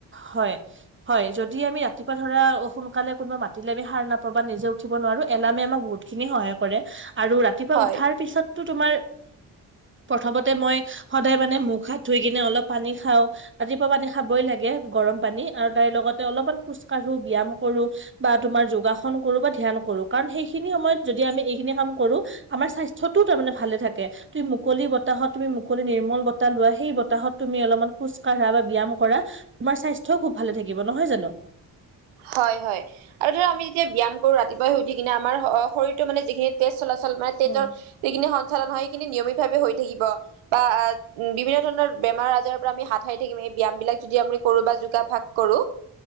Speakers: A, on the right; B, on the right.
A: হয় হয় যদি আমি ৰাতিপুৱা ধৰা অ সোনকালে কোনোবা মা উতি আমি সাৰ নাপাওঁ বা নিজে উঠিব নোৱাৰো এলাৰ্মে আমাক বহুতখিনি সহায় কৰে আৰু ৰাতিপুৱা
B: হয়
A: উ তাৰ পিছতো তোমাৰ প্ৰথমতে মই সদায় মানে মুখ হাত ধুই কিনে অলপ পানী খাওঁ ৰাতিপুৱা পানী খাবই লাগে গৰম পানী আৰু তাইৰ লগতে অলপমান খোজ কাঢ়ো ব্যায়াম কৰো বা তুমাৰ যোগাসন কৰো বা ধ্যান কৰো কাৰণ সেইখিনি সময়ত যদি আমি এইখিনি কাম কৰো আমাৰ স্বাস্থ্যটো তাৰমানে ভালে থাকে। তুমি মুকলি বতাহত তুমি নিৰ্মল বতাহ লোৱা সেই বতাহত তুমি অলপমান খোজ কঢ়া বা ব্যয়াম কৰা - তোমাৰ স্বাস্থ্যও খুব ভালে থাকিব নহয় জানো,
B: হয় হয় আৰু ধৰা আমি যেতিয়া ব্যায়াম কৰো ৰাতিপুৱাই উঠি কিনে আমাৰ শৰীৰ মানে যিখিনি তেজ চলাচল মানে তেজৰ
A: উম,
B: যিখিনি সঞ্চালন হয় সেইখিনি নিয়মিত ভাৱে হৈ থাকিব। বা আ উম বিভিন্ন ধৰণৰ বেমাৰ আজাৰৰ পৰা আমি হাত সাৰ থাকিম এই ব্যায়াম বিলাক যদি আমি কৰো বা যোগাভাস কৰো